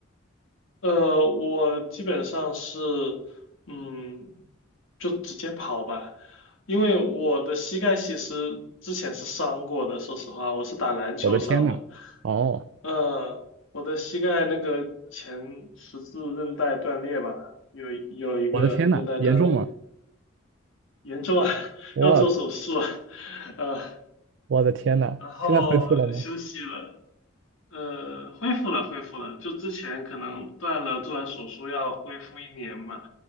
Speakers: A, on the left; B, on the right.
A: 呃，我基本上是，嗯，就直接跑吧，因为我的膝盖其实之前是伤过的，说实话，我是打篮球伤的，
B: 我的天呐！哦，
A: 呃，我的膝盖那个前十字韧带断裂吧，有有一个韧带断裂，
B: 我的天呐，严重吗？
A: 严重啊，<laughs>
B: 我
A: 要做手术啊，<laughs> 呃，
B: 我的天呐，
A: 然后休息了，
B: 现在恢复了吗？
A: 呃，恢复了，恢复了。就之前可能断了，做完手术要恢复一年嘛，